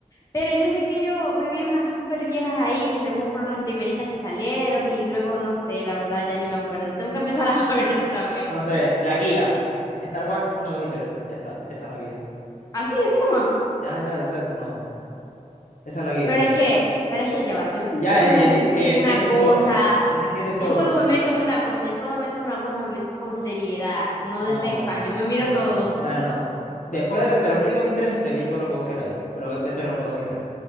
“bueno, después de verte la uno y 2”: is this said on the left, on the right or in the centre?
Left